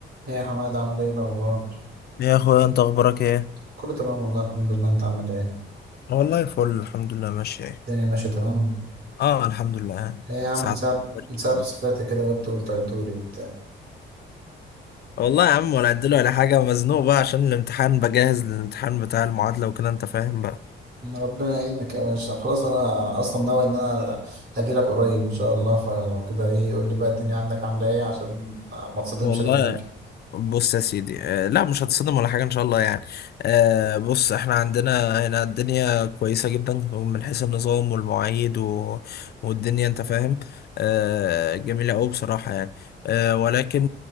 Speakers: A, on the right (about 55°); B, on the left (about 55°).
A: ايه يا حماد عامل ايه الاخبار
B: يا اخويا انت اخبارك ايه
A: كله تمام والله الحمد لله انت عامل ايه
B: والله فل الحمد لله ماشي
A: الدنيا ماشيه تمام
B: اه الحمد لله
A: ايه يا عم
B: ساعات
A: من ساعه
B: <laughs>
A: من ساعه ما سافرت كده غبت قلت عدولي وبتاع
B: والله يا عم ولا اديله ولا حاجه مزنوق بقى عشان الامتحان بجهز للامتحان بتاع المعادله وكده انت فاهم بقى
A: ما ربنا يعينك يا باشا خلاص انا اصلا ناوي ان انا اجي لك قريب ان شاء الله فلو كده ايه قول لي بقى الدنيا عندك عامله ايه عشان ما تصدمش
B: والله
A: لما اجي
B: بص يا سيدي آه، لا مش هتصدم ولا حاجة إن شاء الله يعني آه، بص إحنا عندنا هنا الدنيا كويسة جدا من حيث النظام والمواعيد و... والدنيا أنت فاهم آه، جميلة أوي بصراحة يعني آه، ولكن